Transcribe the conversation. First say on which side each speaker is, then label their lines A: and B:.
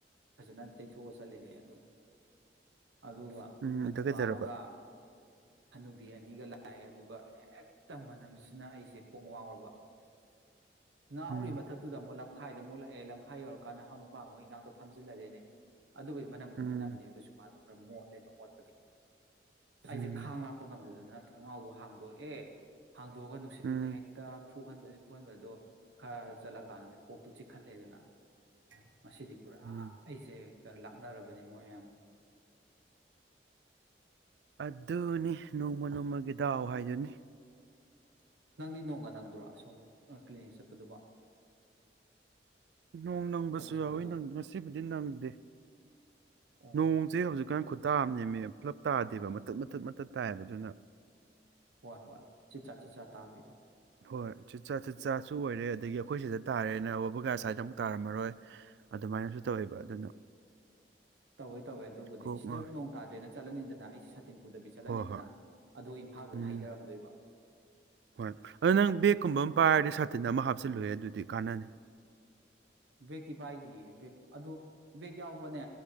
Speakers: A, on the right; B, on the right.
A: ꯐꯖꯅ ꯇꯩꯊꯣꯛꯑ ꯆꯠꯂꯤꯅꯦ ꯑꯗꯨꯝ ꯑꯗꯨꯒ
B: ꯎꯝ
A: ꯑꯅꯨꯕꯥ
B: ꯑꯗ ꯀꯩꯗꯧꯔꯕ
A: ꯑꯃꯒ ꯍꯅꯨꯕꯤ ꯑꯅꯤꯒ ꯂꯥꯛ ꯑꯗꯨꯒ ꯍꯦꯛꯇ ꯃꯅꯝꯁꯤꯅ ꯑꯩꯁꯦ ꯀꯣꯛ ꯋꯥꯡꯔꯕ ꯉꯅꯥꯎꯔꯤ
B: ꯎꯝ
A: ꯃꯊꯛꯇꯨꯗ ꯃꯣ ꯂꯝꯈꯥꯏꯗ ꯑꯃꯨꯛ ꯂꯥꯛꯑꯦ ꯂꯝꯈꯥꯏ ꯌꯧꯔꯀꯥꯟꯗ ꯍꯧ ꯅꯨꯄꯥ ꯑꯃꯨꯛ ꯏꯅꯥꯛꯇ ꯐꯝꯖꯤꯜꯂꯔꯦꯅꯦ ꯑꯗꯨꯒꯤ ꯃꯅꯕꯨꯗꯤ
B: ꯎꯝ
A: ꯅꯝꯗꯦ ꯑꯗꯨꯁꯨ ꯃꯥꯗ ꯃꯣꯠꯂꯦꯕ ꯃꯣꯠꯄꯗꯤ꯫ ꯑꯩꯖꯦ
B: ꯎꯝ
A: ꯈꯥꯡ ꯂꯥꯛꯄꯉꯝ ꯑꯗꯨꯗꯅ ꯊꯣꯡꯅꯥꯎꯗꯣ ꯍꯥꯡꯗꯣꯛꯑꯦ꯫ ꯍꯥꯡꯗꯣꯛꯑꯒ ꯅꯨꯡꯁꯤꯠꯇꯨꯅ
B: ꯎꯝ
A: ꯍꯦꯛꯇ ꯐꯨꯍꯟꯕꯖꯤ ꯐꯨꯍꯟꯕꯖꯤ ꯑꯗꯣ ꯈ ꯆꯠꯂ ꯀꯥꯟꯅꯅꯤ꯫ ꯀꯣꯛꯇꯨ ꯆꯤꯛꯈꯠꯂꯦꯗꯅ꯫ ꯉꯁꯤꯗꯤ ꯄꯨꯔꯥ
B: ꯎꯝ
A: ꯑꯩꯖꯦ꯫ ꯂꯥꯛꯅꯔꯕꯅꯦ ꯃꯣꯏ ꯌꯥꯝ꯫
B: ꯑꯗꯨꯅꯤ ꯅꯣꯡꯃ ꯅꯣꯡꯃꯒꯤ ꯗꯥꯎ ꯍꯥꯏꯗꯨꯅꯤ꯫
A: ꯅꯪꯗꯤ ꯅꯣꯡꯒ ꯅꯪꯗꯣꯏ꯭ꯔꯣ ꯁꯣꯝ ꯀ꯭ꯂꯤꯅꯤꯛ ꯆꯠꯄꯗꯨꯕꯣ꯫
B: ꯅꯣꯡ ꯅꯪꯕꯖꯨ
A: ꯊꯕꯛ ꯆꯠꯄꯗꯣ
B: ꯌꯥꯎꯋꯤ ꯉꯁꯤꯕꯨꯗꯤ ꯅꯪꯗꯦ
A: ꯑꯣ
B: ꯅꯣꯡꯖꯦ ꯍꯧꯖꯤꯛꯀꯥꯟ ꯈꯨꯇꯥꯑꯅꯦꯃꯦ꯫ ꯄꯨꯂꯞ ꯇꯥꯗꯦꯕ ꯃꯇꯠ ꯃꯇꯠ ꯃꯇꯠ ꯇꯥꯏꯌꯦꯕ ꯑꯗꯨꯅ
A: ꯍꯣꯏ ꯍꯣꯏ ꯆꯤ ꯆ ꯆꯤ ꯆ ꯇꯥꯕꯤꯗꯣ꯫
B: ꯍꯣꯏ ꯆꯤꯠ ꯆꯥ ꯆꯤꯠ ꯆꯥ ꯆꯨ ꯑꯣꯏꯔꯦ ꯑꯗꯒꯤ ꯑꯩꯈꯣꯏ ꯁꯤꯗ ꯇꯥꯔꯦꯅ ꯋꯥꯕꯒꯥꯏ ꯑꯁ꯭ꯋꯥꯏꯗ ꯑꯃꯨꯛ ꯇꯥꯔꯝꯃꯔꯣꯏ ꯑꯗꯨꯃꯥꯏꯅꯖꯨ ꯇꯧꯋꯦꯕ ꯑꯗꯨꯅ
A: ꯇꯧꯋꯦ ꯇꯧꯋꯦ ꯑꯗꯨꯕꯨꯗꯤ
B: ꯀꯣꯛ
A: ꯁꯤꯗ
B: ꯉꯥꯎꯋꯦ
A: ꯅꯣꯡ ꯇꯥꯗ꯭ꯔꯦꯅ ꯆꯠꯂꯅꯤꯗꯅ ꯑꯩꯁꯦ ꯇꯤꯝꯄꯨꯗꯕꯤ ꯆꯠꯂꯅꯤꯗꯅ
B: ꯍꯣꯏ ꯍꯣꯏ
A: ꯑꯗꯣ ꯏꯝꯐꯥꯜꯗꯅ
B: ꯎꯝ
A: ꯍꯩꯗꯔꯝꯗꯣꯏꯕ꯫
B: ꯍꯣꯏ ꯑꯗꯣ ꯅꯪ ꯕꯦꯛꯀꯨꯝꯕ ꯑꯃ ꯄꯥꯏꯔꯗꯤ ꯁꯥꯇꯤꯟ ꯑꯃ ꯍꯥꯞꯆꯤꯜꯂꯨꯍꯦ ꯑꯗꯨꯗꯤ ꯀꯥꯟꯅꯅꯤ꯫
A: ꯕꯦꯛꯇꯤ ꯄꯥꯏꯗꯤꯌꯦ ꯕꯦꯛ ꯑꯗꯣ ꯕꯦꯛ ꯌꯥꯎꯕꯅꯦ